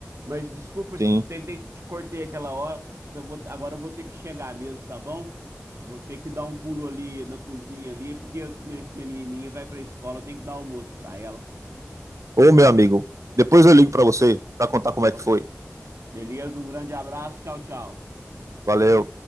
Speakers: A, on the right (about 65°); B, on the right (about 80°).
A: Mas desculpa, eu
B: Sim.
A: te, tentei te cortei aquela hora, mas eu vou- agora eu vou ter que chegar mesmo, tá bom? Vou ter que dar um pulo ali na cozinha ali, porque eu- minha, minha menininha vai pra escola, eu tenho que dar almoço pra ela.
B: Ô, meu amigo, depois eu ligo pra você pra contar como
A: Então,
B: é que foi.
A: beleza, um grande abraço, tchau, tchau.
B: Valeu.